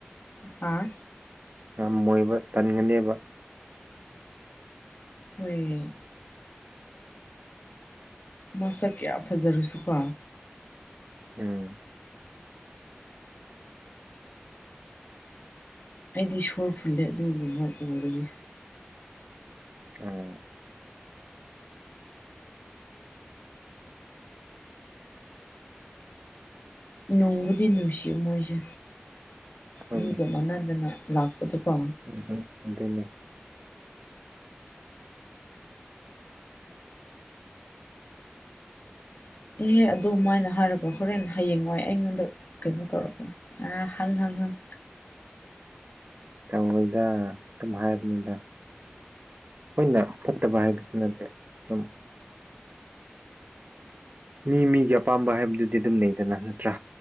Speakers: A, on the left; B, on the right.
A: ꯍꯥꯥ
B: ꯉꯝꯃꯣꯏꯕ ꯇꯟꯒꯅꯦꯕ
A: ꯍꯣꯏꯌꯦ ꯃꯁꯛ ꯀꯌꯥ ꯐꯖꯔꯁꯨꯀꯣ
B: ꯎꯝ
A: ꯑꯩꯗꯤ ꯁꯣꯔ ꯐꯨꯜꯂꯦ ꯑꯗꯨꯒꯨꯝꯕ ꯎꯕꯗꯤ
B: ꯑꯥ
A: ꯅꯨꯡꯕꯨꯗꯤ ꯅꯨꯡꯁꯤ ꯃꯣꯏꯁꯦ
B: ꯍꯣꯏꯅꯦ
A: ꯃꯤꯒ ꯃꯥꯟꯅꯗꯅ ꯂꯥꯛ ꯄꯗꯨꯀꯣ
B: ꯎꯝ ꯑꯗꯨꯅꯦ
A: ꯑꯦꯍꯦ ꯑꯗꯨꯃꯥꯏꯅ ꯍꯥꯏꯔꯒ ꯍꯣꯔꯦꯟ ꯍꯌꯦꯡ ꯋꯥꯏ ꯑꯩꯉꯣꯟꯗ ꯀꯩꯅꯣ ꯇꯧꯔꯛꯀꯅꯤ ꯑꯥ ꯍꯪ ꯍꯪ ꯍꯪ
B: ꯇꯧꯔꯣꯏꯗꯥ ꯑꯗꯨꯝ ꯍꯥꯏꯕꯅꯤꯗ ꯈꯣꯏꯅ ꯐꯠꯇꯕ ꯍꯥꯏꯕꯁꯨ ꯅꯠꯇꯦ ꯗꯨꯝ ꯃꯤ ꯃꯤꯒꯤ ꯑꯄꯥꯝꯕ ꯍꯥꯏꯕꯗꯨꯗꯤ ꯑꯗꯨꯝ ꯂꯩꯗꯅ ꯅꯠꯇ꯭ꯔꯥ